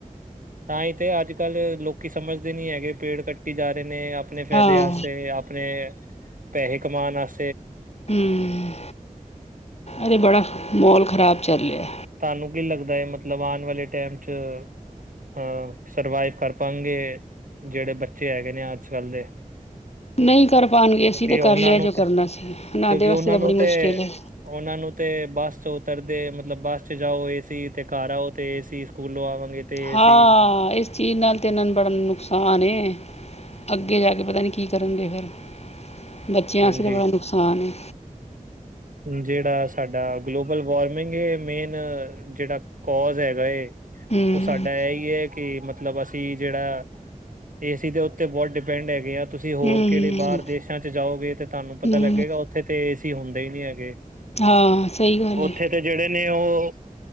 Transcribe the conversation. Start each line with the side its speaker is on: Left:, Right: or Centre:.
Right: ਤਾਂ ਹੀ ਤੇ, ਅੱਜ- ਕੱਲ੍ਹ ਲੋਕੀ ਸਮਝਦੇ ਨਹੀਂ ਹੈਗੇ, ਪੇੜ ਕੱਟੀ ਜਾ ਰਹੇ ਨੇ ਆਪਣੇ ਫਾਇਦੇ
Left: ਹਾਂ
Right: ਵਾਸਤੇ, ਆਪਣੇ ਪੈਸੇ ਕਮਾਉਣ ਵਾਸਤੇ
Left: ਹੂ, ਅਰੇ ਬੜਾ ਮਾਹੋਲ ਖਰਾਬ ਚੱਲ ਰਿਹਾ
Right: ਤੁਹਾਨੂੰ ਕੀ ਲੱਗਦਾ ਏ, ਮਤਲਬ ਆਉਣ ਵਾਲੇ ਟਾਈਮ ਚ ਅ ਸਰਵਾਈਵ ਕਰ ਪਾਣਗੇ, ਜਿਹੜੇ ਬੱਚੇ ਹੈਗੇ ਨੇ, ਅੱਜ ਕੱਲ੍ਹ ਦੇ
Left: ਨਹੀਂ ਕਰ ਪਾਉਣਗੇ,
Right: ਕਿਉਂਕਿ
Left: ਅਸੀਂ ਤੇ
Right: ਉਹਨਾਂ
Left: ਕਰ ਲਿਆ
Right: ਨੂੰ
Left: ਜੋ
Right: ਤੇ
Left: ਕਰਨਾ ਸੀ। ਇਨ੍ਹਾਂ
Right: ਕਿਉਂਕਿ
Left: ਦੇ ਵਾਸਤੇ
Right: ਉਹਨਾਂ
Left: ਤਾਂ,
Right: ਨੂੰ
Left: ਬੜੀ ਮੁਸ਼ਕਿਲ
Right: ਤੇ
Left: ਏ
Right: ਉਹਨਾਂ ਨੂੰ ਤੇ, ਬਸ ਚ ਉਤਰ ਦੇ, ਮਤਲਬ ਬੱਸ ਚ ਜਾ, ਏਸੀ, ਤੇ ਘਰ ਆਓ ਤੇ ਏਸੀ, ਸਕੂਲੋਂ ਆਵਾਂਗੇ ਤੇ ਏਸੀ
Left: ਹਾਂ, ਇਸ ਚੀਜ਼ ਨਾਲ ਤੇ, ਇਹਨਾਂ ਨੂੰ ਬੜਾ ਨੁਕਸਾਨ ਏ ਅੱਗੇ ਜਾ ਕੇ, ਪਤਾ ਨਹੀ ਕੀ ਕਰਨਗੇ ਫਿਰ, ਬੱਚਿਆਂ
Right: ਹਾਂਜੀ।
Left: ਵਾਸਤੇ ਤਾਂ ਬੜਾ ਨੁਕਸਾਨ
Right: ਜਿਹੜਾ ਸਾਡਾ ਗਲੋਬਲ ਵਾਰਮਿੰਗ, ਮੇਨ ਜਿਹੜਾ ਕੋਜ ਹੈਗਾ ਏ
Left: ਹਮ
Right: ਓ ਸਾਡਾ ਇਹੀ ਏ ਕਿ ਮਤਲਬ ਮਤਲਬ ਅਸੀਂ ਜੇੜਾ ਏਸੀ ਦੇ ਉੱਤੇ ਬੋਤ ਡਿਪੈਂਡ ਹੈਗੇ ਆਂ। ਤੁਸੀਂ ਹੋਰ
Left: ਹਮ
Right: ਕੇੜੇ ਬਾਰ ਦੇਸ਼ਾਂ 'ਚ ਜਾਓਗੇ ਤੇ ਤੁਹਾਨੂੰ ਪਤਾ
Left: ਹਮ
Right: ਲੱਗੇਗਾ ਉੱਥੇ ਤੇ ਏ ਸੀ ਹੁੰਦੇ ਈ ਨਈ ਹੈਗੇ।
Left: ਹਾਂ ਸਈ ਗੱਲ
Right: ਉੱਥੇ
Left: ਏ।
Right: ਤੇ ਜੇੜੇ ਨੇ ਓ